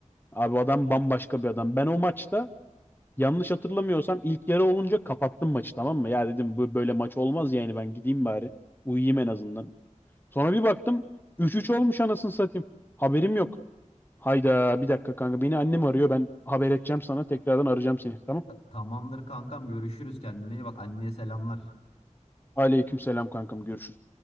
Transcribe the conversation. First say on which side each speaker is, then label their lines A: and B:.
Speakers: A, on the left; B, on the left.
A: Abi adam bambaşka bir adam. Ben o maçta yanlış hatırlamıyorsam ilk yarı olunca kapattım maçı tamam mı? Ya dedim bu böyle maç olmaz yani ben gideyim bari. Uyuyayım en azından. Sonra bir baktım 3-3 olmuş anasını satayım. Haberim yok. Hayda bir dakika kanka beni annem arıyor ben haber edeceğim sana tekrardan arayacağım seni tamam.
B: Ta- Tamamdır kankam görüşürüz kendine iyi bak anneye selamlar.
A: Aleyküm selam kankam görüşürüz.